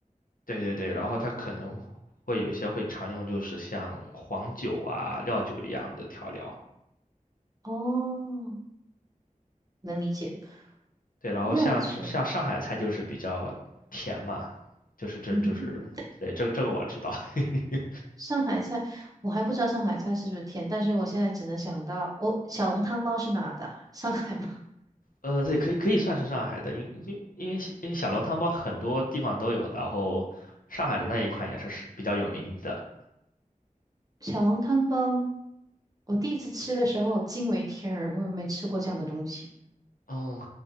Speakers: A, on the left; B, on the right.
A: 对对对，然后它可能会有些会常用，就是像黄酒啊、料酒一样的调料，
B: 哦，能理解。
A: 对，然后像是像上海菜就是比较甜嘛，
B: 料酒，
A: 就是这就是对这个这个我知道。
B: 嗯哼，
A: <laughs>
B: 上海菜，我还不知道上海菜是不是甜，但是我现在只能想到，我小笼汤包是哪的？上海吗？<laughs>
A: 呃，对，可以可以算是上海的，因因因为因为小笼汤包很多地方都有，然后上海的那一款也是是比较有名的。
B: 小笼汤包，我第一次吃的时候惊为天人，我没吃过这样的东西。
A: 哦，